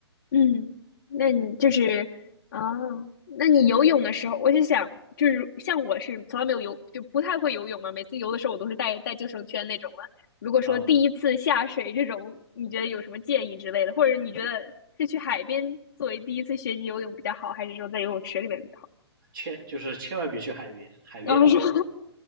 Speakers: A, on the left; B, on the right.
A: 嗯，那你就是啊，那你游泳的时候，我就想，就是像我是从来没有游，就不太会游泳嘛。每次游的时候，我都是带带救生圈那种了。如果说第一次下水这种，
B: 啊，
A: 你觉得有什么建议之类的，或者你觉得是去海边作为第一次学习游泳比较好，还是说在游泳池里面比较好？
B: 千就是千万别去海边，
A: <laughs>
B: 海边的浪
A: 然后说，<laughs>